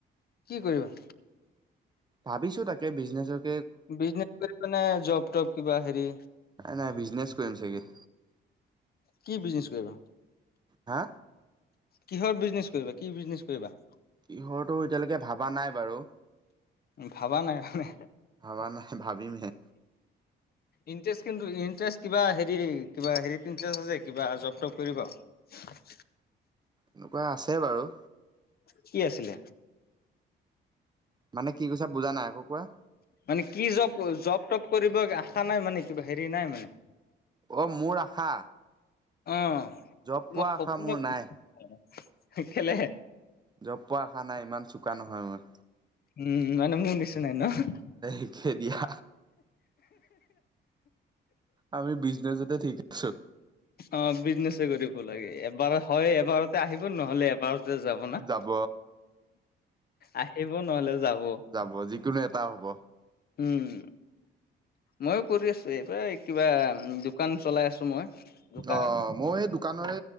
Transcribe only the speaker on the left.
কি কৰিবা?
বিজনেছ কৰিবা নে জব টপ কিবা হেৰি
কি বিজনেছ কৰিবা?
কিহৰ বিজনেচ কৰিবা কি বিজনেচ কৰিবা?
ভাবা নাই মানে।
ইণ্টাৰেষ্ট কিন্তু ইণ্টাৰেষ্ট কিবা হেৰি কিবা হেৰিত ইণ্টাৰেষ্ট আছে কিবা জব-তব কৰিব? <inaudible>
কি আছিলে?
মানে কি জব জব-টপ কৰিব আশা নাই মানে কিবা হেৰি নাই মানে?
অ',
তোমাৰ
সপোন
<unintelligible>
উম, মানে মোৰ নিচিনাই ন'?
অ', বিজনেচ কৰিব লাগে এবাৰ হয়, এবাৰতে আহিব ন'হলে এবাৰতে যাব না?
আহিব ন'হলে যাব।
উম। ময়ো কৰি আছো এইবাৰ কিবা দোকান চলাই আছো মই। দোকান